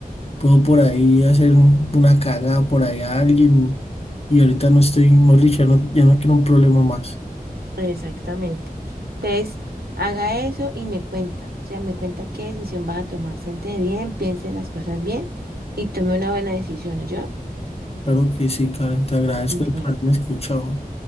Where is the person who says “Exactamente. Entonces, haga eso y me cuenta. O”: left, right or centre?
Right